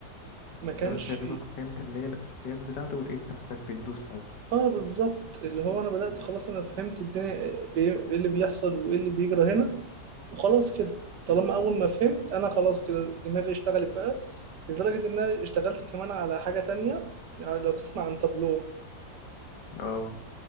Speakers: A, on the right; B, on the left.
A: ما كانش
B: ده بس يا دوبك فهمت اللي هي الأساسيات بتاعته ولقيت نفسك بتدوس عادي
A: اه بالظبط اللي هو انا بدأت خلاص انا فهمت الدنيا بي- ايه اللي بيحصل وايه اللي بيجرى هنا وخلاص كده طالما اول ما فهمت انا خلاص كده دماغي اشتغلت بقى لدرجة ان انا اشتغلت كمان على حاجة تانية يعني لو تسمع عن تابلو
B: اه